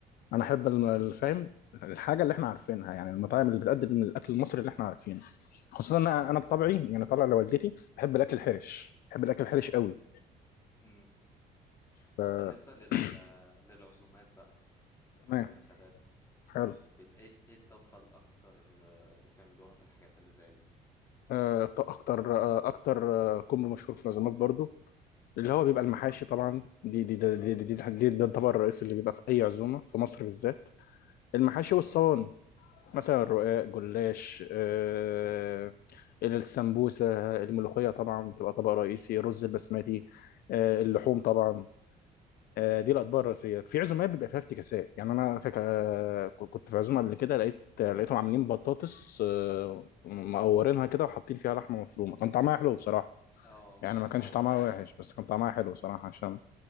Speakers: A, on the left; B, on the left.
A: انا احب الم- الفاهم الحاجه اللي احنا عارفينها يعني المطاعم اللي بتقدم الاكل المصري اللي احنا عارفينه خصوصا انا انا بطبعي يعني طالع لوالدتي بحب الاكل الحرش بحب الاكل الحرش قوي
B: امم
A: ف
B: طب بالنسبة لل
A: <clears throat>
B: للعزومات بقى
A: تمام
B: والمناسبات
A: حلو
B: بال- ايه ايه الطبخة الاكتر آه، اللي بتعملوها في الحاجات اللي زي دي
A: آه، ط- اكتر آه، اكتر آه، كومبو مشهور في العزومات برضو اللي هو بيبقى المحاشي طبعا دي دي ده دي دي,
B: امم
A: دي, دي, ده الطبق الرئيسي اللي بيبقى في اي عزومه في مصر بالذات المحاشي
B: امم
A: والصواني مثلا الرقاق جلاش آه السمبوسه الملوخيه طبعا بتبقى طبق رئيسي الرز البسمتي آه اللحوم طبعا آه دي الاطباق الرئيسيه في عزومات بيبقى فيها افتكاسات يعني انا فاكر آه، كنت في عزومه قبل كده لقيت لقيتهم عاملين بطاطس آه مقورينها كده وحاطين فيها لحمه مفرومه كان طعمها حلو بصراحه
B: اه
A: يعني ما كانش
B: عارفها
A: طعمها
B: دي
A: وحش بس كان طعمها حلو
B: امم
A: صراحه عشان